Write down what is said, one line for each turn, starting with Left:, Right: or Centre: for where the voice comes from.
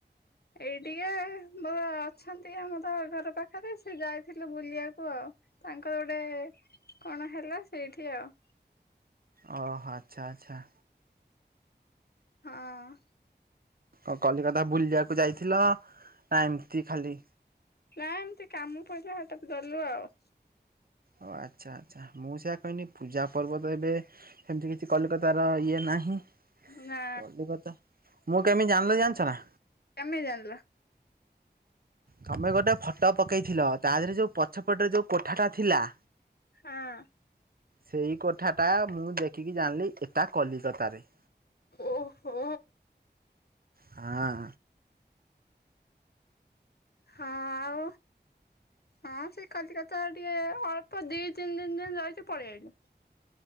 Left: ଏଇ ଟିକେ ମୋ ଅଛନ୍ତି ଆମର ଘର ପାଖରେ ସେ ଯାଇଥିଲେ ବୁଲିବାକୁ ଆଉ। ତାଙ୍କର ଗୋଟେ କଣ ହେଲା ସେଇଠି ଆଉ।
Right: ଅହ ଆଚ୍ଛା ଆଚ୍ଛା।
Left: ହଁ।
Right: ଅ କଲିକତା ବୁଲିବାକୁ ଯାଇଥିଲ ନା ଏମିତି ଖାଲି?
Left: ନା ଏମତି କାମ ପଇଲା ହଠାତ୍ ଗଲୁ ଆଉ।
Right: ଓ ଆଚ୍ଛା ଆ ଚ୍ଛା ମୁଁ ସେଇଆ କଇନି ପୂଜା ପର୍ବତ ଏବେ ସେମିତି କିଛି କଲିକତାର ଇଏ ନାହିଁ।
Left: ନା
Right: କଲିକତା ମୁଁ କେମିତି ଜାଣିଲି ଜାଣିଚ ନା?
Left: କେମିତି ଜାଣଲ?
Right: ତମେ ଗୋଟେ ଫଟୋ ପକେଇଥିଲ। ତା ଦେହରେ ଯୋଉ ପଛପଟରେ ଯୋଉ କୋଠାଟା ଥିଲା।
Left: ହଁ
Right: ସେଇ କୋଠା ଟା ମୁଁ ଦେଖିକି ଜାଣଲି ଏଇଟା କଲିକତାରେ।
Left: ଓ ହୋ
Right: ହାଁ।
Left: ହାଁ ଆଉ? ହଁ ସେ କଲିକତା ଟିକେ ଅଳ୍ପ ଦି ତିନି ଦିନ ଦିନ ରହିକି ପଳିଆଇଲୁ।